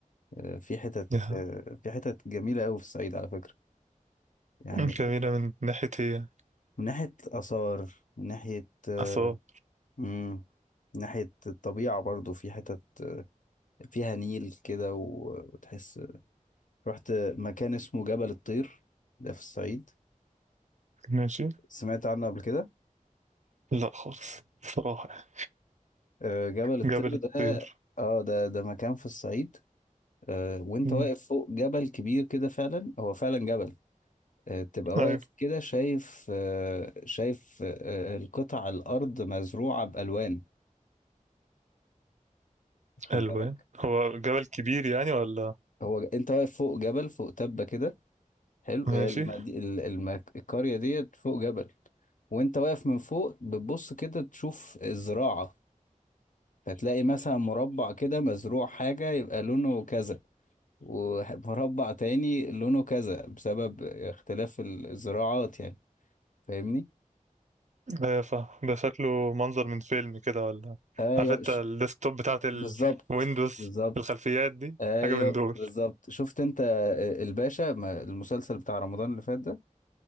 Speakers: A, on the left; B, on the right.
A: آه، في حتت
B: يا.
A: آه، في حتت جميلة أوي في الصعيد على فكرة يعني
B: جميلة من ناحية إيه؟
A: من ناحية آثار من ناحية آه،
B: أسوان
A: مم، من ناحية الطبيعة برضو في حتت فيها نيل كده و- وتحس رحت مكان اسمه جبل الطير ده في الصعيد
B: ماشي
A: سمعت عنه قبل كده
B: لا خالص صراحة يعني.
A: آه، جبل الطير
B: جبل الطير
A: ده اه ده ده مكان في الصعيد آه، وانت
B: مم.
A: واقف فوق جبل كبير كده فعلا هو فعلا جبل آه، تبقى واقف
B: أيوة
A: كده شايف آه، شايف آه، القطع الارض مزروعه بالوان خد
B: ألوان
A: بالك
B: هو جبل كبير يعني ولا
A: هو انت واقف فوق جبل فوق تبه كده حلو
B: ماشي
A: هي المدي... ال- الم- القريه ديت فوق جبل وانت واقف من فوق بتبص كده تشوف الزراعه فتلاقي مثلا مربع كده مزروع حاجه يبقى لونه كذا ومربع تاني لونه كذا بسبب اختلاف الزراعات يعني فاهمني
B: أيوة فاهم ده شكله منظر من فيلم كده ولا
A: ايوه
B: عارف انت
A: ش-
B: الديسكتوب بتاعت
A: بالظبط
B: الويندوز
A: بالظبط
B: الخلفيات دي
A: ايوه
B: حاجة من دول
A: بالظبط شفت انت آه، الباشا ما- المسلسل بتاع رمضان اللي فات ده